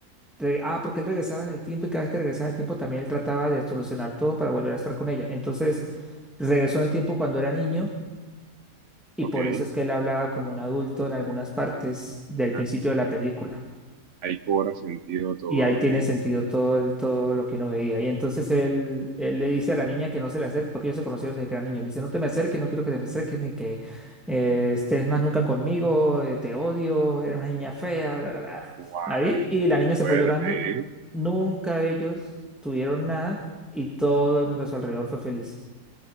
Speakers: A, in the centre; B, on the right.
A: de- ah, porque él regresaba en el tiempo y cada vez que regresaba en el tiempo también él trataba de solucionar todo para volver a estar con ella. Entonces, regresó en el tiempo cuando era niño y
B: ok.
A: por eso es que él hablaba como un adulto en algunas partes del
B: Ah,
A: principio de la película.
B: Ahí cobra sentido todo,
A: Y ahí tiene
B: ¿eh?
A: sentido todo, el- todo lo que uno veía. Y entonces él, él le dice a la niña que no se le acerque, porque ellos se conocieron desde que era niño. Le dice, no te me acerques, no quiero que te me acerques, ni que eh, estés más nunca conmigo, eh, te odio, eres una niña fea, bla, bla, bla.
B: Wow,
A: Ahí, y la
B: qué
A: niña se
B: fuerte,
A: fue llorando.
B: ¿eh?
A: Nunca ellos tuvieron nada y todo el mundo a su alrededor fue feliz.